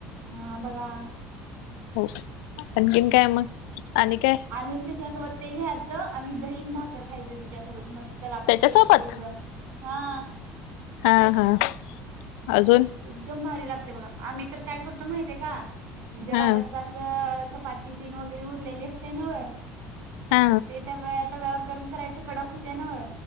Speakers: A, on the right (about 55°); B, on the left (about 75°).
A: हा बघा.
B: हो, आणखीन काय मग? आणि काय?
A: आणून तीच्यासोबत ते घ्यायचं आणि दही न भाकर खायचं तिच्यासोबत. मस्त लागते!
B: त्याच्यासोबत
A: टेस्टी एकदम! हा.
B: हा हा अजून.
A: एकदम भारी लागते बघा आम्ही तर काय करतो माहितय का म्हणजे
B: हा
A: रात्रचा च पाती तीन वगैरे उरलेली असते ना
B: हा
A: ते त्या तव्यावर गरम करायच कडक होत ना,